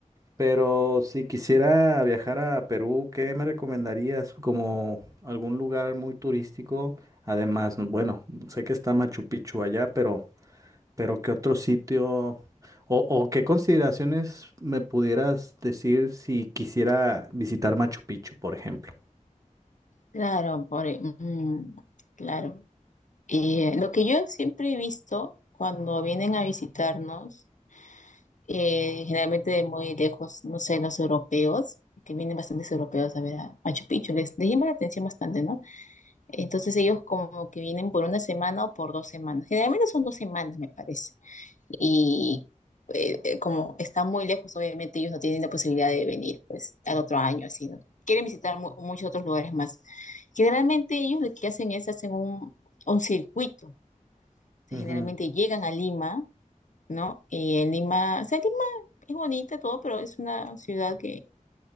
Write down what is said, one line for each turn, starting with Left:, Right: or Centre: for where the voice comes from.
Right: Pero si quisiera viajar a Perú, ¿qué me recomendarías como algún lugar muy turístico? Además, no- bueno, sé que está Machu Picchu allá, pero, pero ¿qué otro sitio o, o qué consideraciones me pudieras decir si quisiera visitar Machu Picchu, por ejemplo?
Left: Claro, por, mm, claro. Y eh, lo que yo siempre he visto cuando vienen a visitarnos, eh, generalmente de muy lejos, no sé, los europeos, que vienen bastantes europeos a ver a Machu Picchu, les, les llama la atención bastante, ¿no? Entonces ellos como que vienen por una semana o por dos semanas. Generalmente son dos semanas, me parece. Y eh, eh, como están muy lejos, obviamente ellos no tienen la posibilidad de venir pues al otro año, así, ¿no? Quieren visitar mu- muchos otros lugares más. Generalmente ellos lo que hacen es hacen un, un circuito. Entonces,
Right: Ujú,
Left: generalmente llegan a Lima, ¿no? Y en Lima, o sea, Lima es bonita todo, pero es una ciudad que